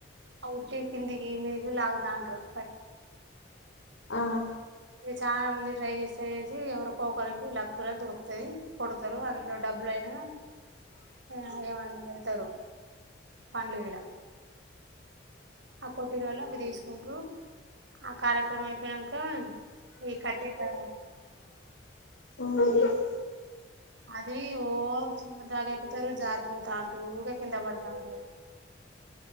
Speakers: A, on the right; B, on the left.
A: ఆ ఉట్టి కిందగి మిది కి లాగుతా వుంటారు
B: ఆ
A: ఇ చాలా మంది ట్రై చేసి ట్రై చేసి ఎవరో ఓకరికి లక్ గా దొరుకుతుంది కొడతారు అందులో డబ్బులుయినా ఏ ఏమన్నా పెడతారు పండ్లు ఇలా ఆ కొట్టినోళ్లు అవి తీసుకుంట్రు ఆ కార్యక్రమం అయిపోయినాక ఈ కట్టెక్కడ
B: ఓ <inaudible>
A: అది ఓ చివరిదాగా ఎక్కుతారు జారిపోతా అంటూ ఊగా కింద పడతా ఉంటారు